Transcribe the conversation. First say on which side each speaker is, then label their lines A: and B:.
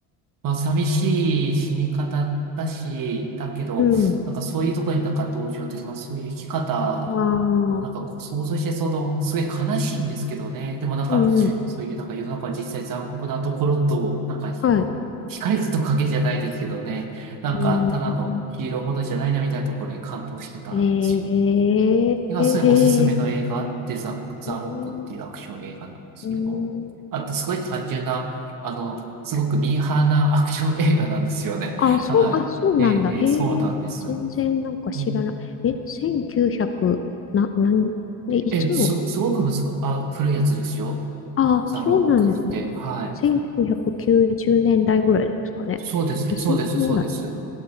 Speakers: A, on the right; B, on the left.
A: まあ、寂しい死に方だし、だけど、
B: うん。
A: なんかそういうところになんか同情というか、まあそういう生き方をなんかこう想像して、
B: ああ。
A: その、すごい悲しいんですけどね。でもなんか、
B: うん。
A: そういうなんか世の中は実際残酷なところと、なんか
B: はい。
A: 光と影じゃないですけどね。なんか、
B: うん。
A: ただのヒーローものじゃないなみたいなところに感動してたんですよ。
B: えー、
A: がすごいおすすめの映画あってザ、
B: へー
A: ザ・
B: えー、
A: ロックっていうアクション映画なんですけど、
B: うん、
A: あとすごい単純な、あの、すごくミーハーなアクション映画なんですよね。
B: あ、そう、
A: <laughs> はい。
B: あ、そうなんだ。
A: ええ、
B: へえ、
A: ええそうなんです。
B: 全然なんか知らない。
A: うん
B: え、1900、な、なん、え、いつの、
A: ええ、す、すごく難く、あ、古いやつですよ。
B: あ、
A: ザ・ロックって。
B: そうなんですね。
A: はい。
B: 1990年代ぐらいですかね。
A: そうです、
B: 2000年ぐらい。
A: そうです、そうです。